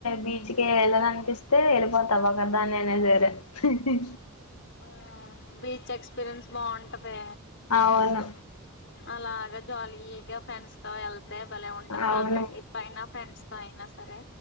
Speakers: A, on the left (about 85°); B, on the left (about 55°).
A: బీచ్ కే వెళ్ళాలనిపిస్తే అయితే వెళ్ళిపోతా ఒకదానయినా సరే హి హీ
B: ఆ బీచ్ ఎక్స్పీరియన్స్ బాగుంటది
A: అవును
B: అలాగా జాలిగా ఫ్రెండ్స్ త వెల్ అంతే భలే ఉంటది
A: అవును
B: ఫ్యామిలీ ట్రిప్ అయినా ఫ్రెండ్స్ ఇకా అయినా సరే